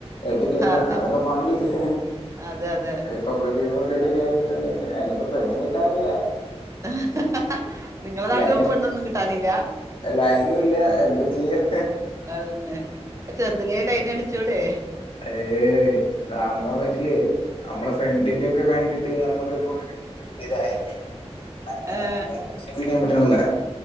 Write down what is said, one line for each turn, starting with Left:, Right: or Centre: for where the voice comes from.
Left: വെട്ടി കഴിഞ്ഞ്
Right: അതെ
Left: അതൊക്കെ പണ്ട് ഇപ്പം
Right: അതെ അതെ
Left: <unintelligible> കെട്ടി കഴിഞ്ഞിട്ടുണ്ടക്കിൽ അയിനിപ്പം പെണ്ണും കിട്ടാനില്ല
Right: <unintelligible> നിങ്ങളെ നാട്ടിലും
Left: ലൈനും
Right: പെണ്ണൊന്നും കിട്ടാനില്ല
Left: ലൈനും ഇല്ല എന്താ ചെയ്യാ
Right: അതന്നെ ചെറുതിലേ ലൈൻ അടിച്ചൂടേ
Left: ഏയ് നമ്പാൻ പറ്റില്ലേ നമ്മളെ ഫ്രണ്ടിന്റെ ഒക്കെ കണ്ടിട്ട് നമ്മക്കിപ്പോ ഇതായിന് അങ്ങനെ
Right: ഏഹ്
Left: വിശ്വവസിക്കാൻ പറ്റണില്ല